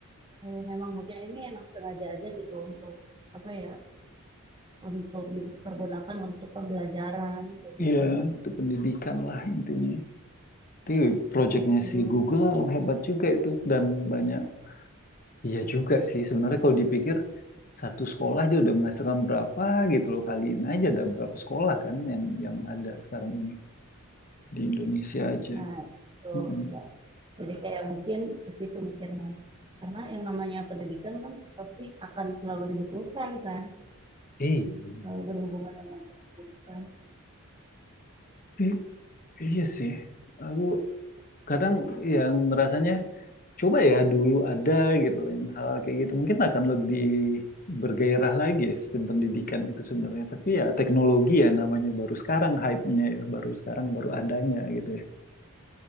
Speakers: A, on the right; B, on the left.
A: eh, memang mungkin ini emang sengaja aja gitu untuk apa ya, untuk dipergunakan untuk pembelajaran begitu,
B: iya, itu pendidikan lah intinya. Tapi projectnya
A: betul.
B: si Google hebat juga itu dan banyak iya juga sih sebenarnya kalau dipikir satu sekolah dia udah menghasilkan berapa gitu loh kaliin aja ada berapa sekolah kan yang yang ada sekarang ini di Indonesia aja.
A: Nah, itu
B: Mm-mm.
A: ya. Jadi kayak mungkin ke situ mikirnya. Karena yang namanya pendidikan kan pasti akan selalu dibutuhkan kan,
B: Iya.
A: kalau berhubungan dengan pendidikan.
B: I- iya sih. Aku kadang yang ngerasanya coba ya dulu ada gitu yang hal kayak gitu mungkin akan lebih bergairah lagi ya sistem pendidikan itu sebenarnya. Tapi ya teknologi ya namanya baru sekarang hype-nya ya baru sekarang baru adanya gitu ya.